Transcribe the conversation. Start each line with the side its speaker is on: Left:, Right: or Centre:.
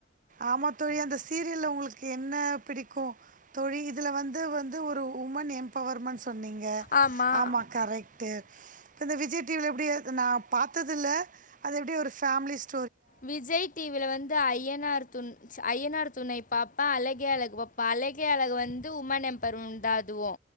Right: ஆமா தோழி அந்த சீரியல்ல உங்களுக்கு என் என்னா பிடிக்கு தோழி இதுல வந்து வந்து ஒரு உமன் எம்பவர்மெண்ட்ஸ் சொன்னிங்க
Left: ஆமாம்
Right: ஆமா கரெக்ட் டெ இப்ப இந்த விஜய் டிவில எப்டி அது நா பாத்ததில்ல அது எப்டி ஒரு ஃபேம்லிஸ்
Left: விஜய் டிவில வந்து ஐயனார் துண் ஐயனார் துணை பாப்ப அழகே அழகு பாப்ப அழகே அழகு வந்து உமன் எம்பைர்முன் தா அதுவு